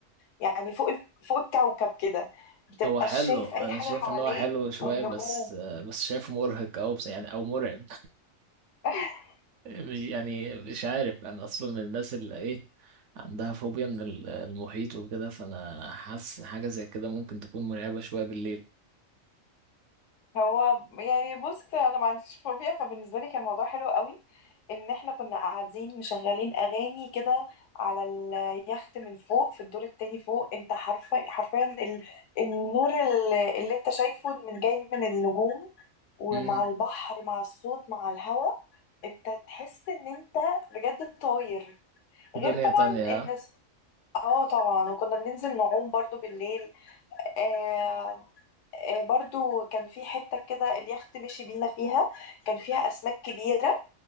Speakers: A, on the left; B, on the right.
A: يعني فوق ال- فوق الكوكب كده بتبقى
B: هو حلو
A: شايف
B: أنا
A: اي حاجة
B: شايف
A: حواليك
B: إن هو حلو شوية
A: والنجوم
B: بس آه بس شايفه مرهق أو بس يعني أو مرعب
A: <laughs>
B: <laughs> مش يعني مش عارف أنا أصلا من الناس اللي إيه عندها فوبيا من ال- المحيط وكده فأنا حاسس حاجة زي كده ممكن تكون مرعبة شوية بالليل
A: هو يعني بص انا ما عنديش فوبيا فبالنسبه لي كان الموضوع حلو قوي ان احنا كنا قاعدين مشغلين اغاني كده على اليخت من فوق في الدور التاني فوق انت حرفيا حرفيا ال- النور ال- اللي انت شايفه من جاي من النجوم ومع
B: امم
A: البحر مع الصوت مع الهواء انت تحس ان انت بجد طاير
B: في
A: غير
B: دنيا
A: طبعا
B: تانية
A: ان
B: ها؟
A: اه طبعا وكنا بننزل نعوم برضو بالليل آه، آه، برضو كان في حتة كده اليخت مشي بينا فيها كان فيها أسماك كبيرة